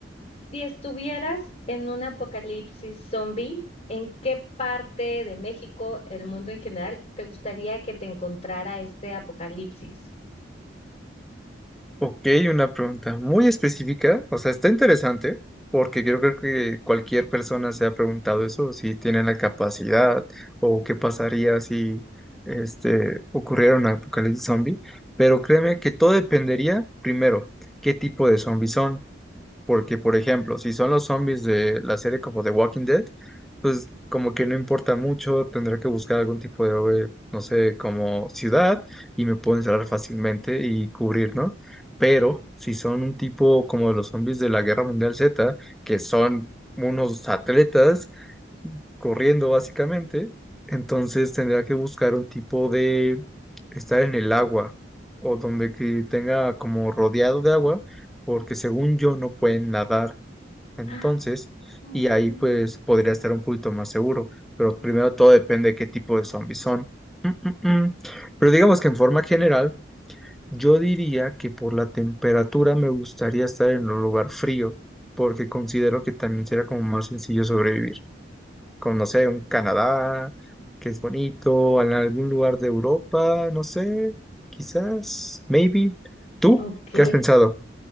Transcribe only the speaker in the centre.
Ok, una pregunta muy específica. O sea, está interesante porque yo creo que cualquier persona se ha preguntado eso, si tienen la capacidad o qué pasaría si este, ocurriera un apocalipsis zombie. Pero créeme que todo dependería, primero, qué tipo de zombies son. Porque, por ejemplo, si son los zombies de la serie como The Walking Dead, pues como que no importa mucho, tendré que buscar algún tipo de, eh, no sé, como ciudad y me puedo encerrar fácilmente y cubrir, ¿no? Pero si son un tipo como los zombies de la Guerra Mundial Z, que son unos atletas corriendo básicamente, entonces tendría que buscar un tipo de estar en el agua o donde que tenga como rodeado de agua, porque según yo no pueden nadar. Entonces,
y ahí pues podría estar un poquito más seguro, pero primero todo depende de qué tipo de zombies son. Mm, mm, mm. Pero digamos que en forma general, yo diría que por la temperatura me gustaría estar en un lugar frío, porque considero que también será como más sencillo sobrevivir. Con, no sé, un Canadá, que es bonito, en algún lugar de Europa, no sé, quizás, maybe. ¿Tú
qué has pensado?